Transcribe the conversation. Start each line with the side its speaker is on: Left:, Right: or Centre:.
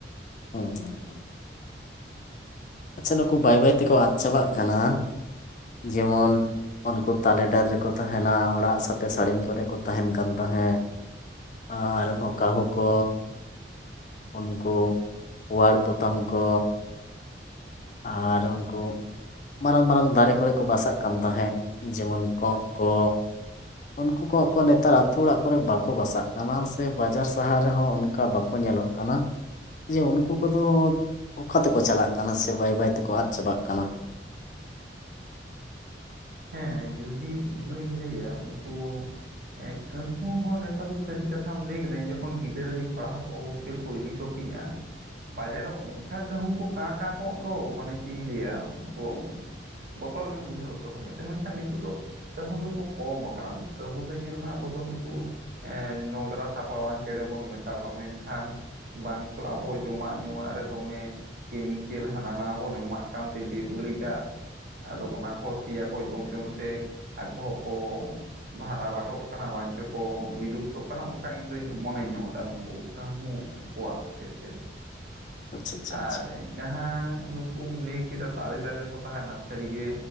Left: ᱦᱮᱸ ᱦᱮᱸ ᱦᱮᱸ᱾ ᱟᱪᱪᱷᱟ ᱱᱩᱠᱩ ᱵᱟᱭ ᱵᱟᱹᱭ ᱛᱮᱠᱚ ᱟᱫ ᱪᱟᱵᱟᱜ ᱠᱟᱱᱟ᱾ ᱡᱮᱢᱚᱱ ᱩᱱᱠᱩ ᱛᱟᱞᱮ ᱰᱟᱹᱨ ᱨᱮᱠᱚ ᱛᱟᱦᱮᱱᱟ᱾ ᱚᱲᱟᱜ ᱥᱟᱛᱮ ᱥᱟᱹᱲᱤᱢ ᱠᱚᱨᱮᱜ ᱠᱚ ᱛᱟᱦᱮᱱ ᱠᱟᱱ ᱛᱟᱦᱮᱸᱜ᱾ ᱟᱨ ᱦᱚᱸ ᱠᱟᱦᱩ ᱠᱚ᱾ ᱩᱱᱠᱩ ᱯᱳᱣᱟᱲ ᱯᱚᱛᱟᱢ ᱠᱚ᱾ ᱟᱨ ᱩᱱᱠᱩ ᱢᱟᱨᱟᱝ ᱢᱟᱨᱟᱝ ᱫᱟᱨᱮ ᱠᱚᱨᱮ ᱠᱚ ᱵᱟᱥᱟᱜ ᱠᱟᱱ ᱛᱟᱦᱮᱸᱜ ᱡᱮᱢᱚᱱ ᱠᱚᱸᱜ ᱠᱚ᱾ ᱩᱱᱠᱩ ᱠᱚᱸᱜ ᱠᱚ ᱱᱮᱛᱟᱨ ᱟᱛᱩ ᱚᱲᱟᱜ ᱠᱚᱨᱮ ᱵᱟᱠᱚ ᱵᱟᱥᱟᱜ ᱠᱟᱱᱟ ᱥᱮ ᱵᱟᱡᱟᱨ ᱥᱟᱦᱟᱨ ᱨᱮᱦᱚᱸ ᱚᱱᱠᱟ ᱵᱟᱠᱚ ᱧᱮᱞᱚᱜ ᱠᱟᱱᱟ᱾ ᱡᱮ ᱩᱱᱠᱩ ᱠᱚᱫᱚ ᱚᱠᱟ ᱛᱮᱠᱚ ᱪᱟᱞᱟᱜ ᱠᱟᱱᱟ ᱥᱮ ᱵᱟᱹᱭ ᱵᱟᱹᱭ ᱛᱮᱠᱚ ᱟᱫ ᱪᱟᱵᱟᱜ ᱠᱟᱱᱟ᱾
Right: ᱦᱮᱸ ᱡᱩᱫᱤ ᱤᱧ ᱫᱩᱧ ᱞᱟᱹᱭᱟ ᱩᱱᱠᱩ ᱮᱸ ᱠᱟᱹᱦᱩ ᱦᱚᱸ ᱱᱮᱛᱟᱨ ᱫᱚ ᱥᱟᱹᱨᱤ ᱠᱟᱛᱷᱟᱢ ᱞᱟᱹᱭ ᱠᱮᱫᱟ᱾ ᱤᱧ ᱡᱚᱠᱷᱚᱱ ᱜᱤᱫᱽᱨᱟᱹ ᱨᱮᱧ ᱯᱟᱲᱦᱟᱣ ᱠᱚ ᱦᱳᱥᱴᱮᱞ ᱠᱚ ᱤᱫᱤ ᱴᱚ ᱠᱤᱧᱟ᱾
Left: <inaudible>
Right: ᱵᱟᱡᱟᱨ ᱨᱮ ᱩᱸᱜ ᱠᱷᱟ ᱠᱟᱹᱦᱩ ᱠᱚ ᱠᱟᱸ ᱠᱸᱟ ᱠᱚᱜ ᱫᱚ᱾ ᱢᱟᱱᱮ ᱪᱤᱜ ᱤᱧ ᱞᱟᱹᱭᱟ ᱩᱱᱠᱩ ᱩᱸ ᱵᱚᱛᱚᱨ ᱜᱮᱢ ᱵᱩᱡᱷᱟᱹᱣ ᱠᱟᱹᱦᱩ ᱧᱮᱞᱛᱮ᱾ ᱢᱮᱱᱠᱷᱟᱱ ᱱᱤᱛᱚᱜ ᱫᱚ ᱠᱟᱹᱦᱩ ᱫᱚ ᱠᱚ ᱠᱚᱢ ᱟᱠᱟᱱᱟ ᱟᱫᱚ ᱠᱟᱹᱦᱩ ᱫᱚ ᱧᱮᱞ ᱢᱮ ᱟᱵᱚ ᱫᱚ ᱱᱩᱠᱩ ᱮᱸ ᱱᱚᱝᱜᱽᱨᱟ ᱥᱟᱯᱷᱟᱣᱟᱱ ᱪᱮᱬᱮ ᱵᱚᱱ ᱢᱮᱛᱟᱣ ᱠᱚᱣᱟ᱾ ᱢᱮᱱᱠᱷᱟᱱ ᱵᱟᱝ ᱪᱚ ᱟᱵᱚ ᱡᱚᱢᱟᱜ ᱧᱩᱣᱟᱜ ᱨᱮ ᱫᱚᱢᱮ ᱠᱮᱢᱤᱠᱮᱞ ᱦᱟᱱᱟ ᱱᱟᱣᱟ ᱵᱚᱱ ᱮᱢᱟᱜ ᱠᱟᱱᱛᱮ ᱵᱮ-ᱵᱟᱹᱲᱤᱡᱟᱜ ᱟᱫᱚ ᱚᱱᱟ ᱠᱚ ᱯᱤᱭᱟ ᱠᱚ ᱡᱚᱢ ᱡᱚᱢ ᱛᱮ ᱟᱠᱚ ᱦᱚᱸ ᱠᱚ ᱵᱷᱟᱨᱟ ᱵᱟᱴᱚᱜ ᱠᱟᱱᱟ, ᱵᱟᱝ ᱪᱚᱠᱚ ᱵᱤᱞᱩᱯᱛᱚᱜ ᱠᱟᱱᱟ, ᱚᱱᱠᱟ ᱤᱧ ᱫᱩᱧ ᱢᱚᱱᱮ ᱧᱚᱜ ᱫᱟ ᱱᱩᱠᱩ᱾ ᱠᱟᱹᱦᱩ ᱩᱱᱠᱩᱣᱟᱜ ᱥᱮᱜ ᱛᱮᱫᱚ᱾
Left: <inaudible> ᱟᱪᱪᱷᱟ ᱟᱪᱪᱷᱟ
Right: ᱟᱨ ᱡᱟᱦᱟᱸ ᱱᱩᱠᱩᱢ ᱞᱟᱹᱭ ᱠᱮᱫᱟ ᱛᱟᱞᱮ ᱫᱟᱨᱮ ᱨᱮᱠᱚ ᱛᱟᱸᱦᱮᱱᱟ ᱥᱟᱹᱨᱤ ᱜᱮ᱾